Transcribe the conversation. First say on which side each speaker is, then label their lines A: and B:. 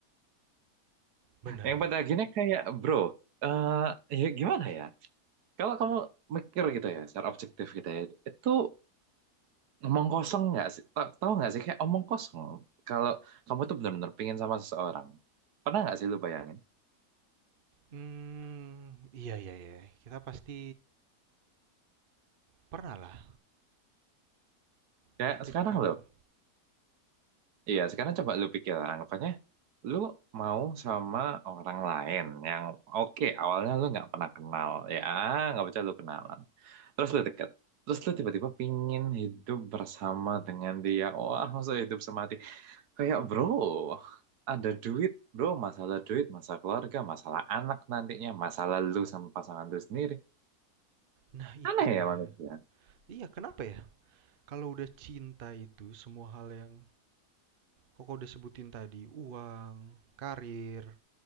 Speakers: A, on the right; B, on the right.
A: Benar.
B: Yang pada akhirnya kayak bro, eh ya gimana ya? Kalau kamu mikir gitu ya, secara objektif gitu ya, itu Omong kosong nggak sih? Ta- Tahu nggak sih kayak omong kosong. Kalau kamu tuh benar-benar pingin sama seseorang, pernah nggak sih lu bayangin?
A: Mmm, iya iya iya, kita pasti pernah lah
B: Kayak
A: memikirkan
B: sekarang lo, iya sekarang coba lu pikir anggapannya lu mau sama orang lain yang oke awalnya lu nggak pernah kenal ya nggak percaya lu kenalan terus lu deket terus lu tiba-tiba pingin hidup bersama dengan dia wah masa hidup semati Kayak bro, ada duit bro, masalah duit, masalah keluarga, masalah anak nantinya, masalah lu sama pasangan lu sendiri.
A: nah itu
B: Aneh
A: dia.
B: ya manusia.
A: Iya, kenapa ya? Kalau udah cinta itu semua hal yang Kakak udah sebutin tadi, uang, karir,